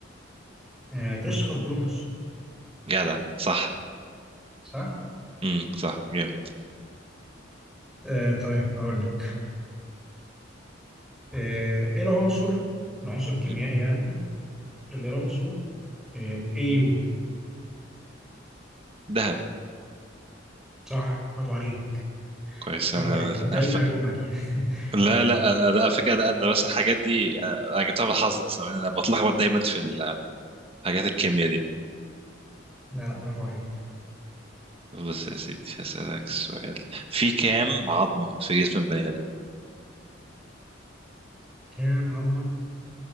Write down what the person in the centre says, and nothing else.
آه كريستوفر كولومبوس
صح
آه طيب هقول لك آه ايه العنصر العنصر الكيميائي
يعني اللي رمزه آه يو
صح برافو عليك
برافو
عليك انت كنت علمي
علوم اكيد <laughs>
لا لا برافو عليك
كام عظمه